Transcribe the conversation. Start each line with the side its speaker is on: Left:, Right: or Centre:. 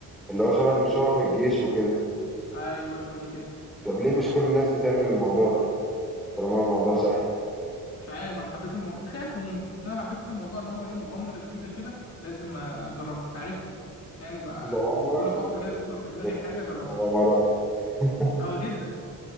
Centre: اللي هو شبه اللي بنشوفها في الجيش وكده
Left: ايوه شبه دي كده
Centre: طب ليه مش كل الناس بتعمل الموضوع ده طالما الموضوع سهل
Left: مش عارف انا حبيت المو... بخاف ممكن بس انا حبيت الموضوع ان هو ايه مغامرة جديدة كده لازم اجربها تعرف يعني بقى
Centre: طول عمرك
Left: كل فترة كده
Centre: بت-
Left: تطلع في دماغي
Centre: بتنط
Left: حاجة
Centre: في
Left: اجربها
Centre: مغامرات <laughs>
Left: اه جدا